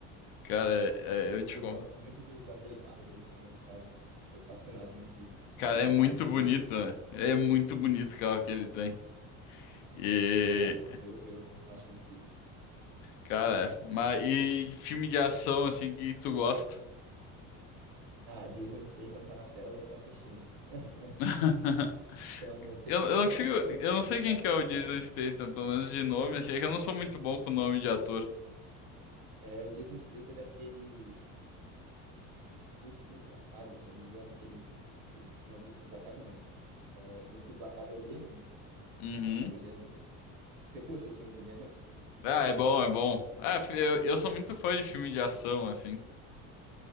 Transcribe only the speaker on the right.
E,
e eu
gosto muito do, daquele carro dele também, sabe? Sou fascinado nesse,
nesse
carro dele.
<laughs>
Nossa, eu, eu acho incrível.
Ah, Jason Statham tá na tela, eu tô assistindo. <laughs>
Então, te-
tem
até um filme novo
dele,
da Amazon
Prime,
né?
É, o Jason Statham é daquele Busca Implacável, se eu não me engano, que ele... ele não, Busca Implacável não. É, Busca Implacável é o Liam Neeson. Busca
Implacável é o Liam Neeson. Você curte os filmes do Liam Neeson?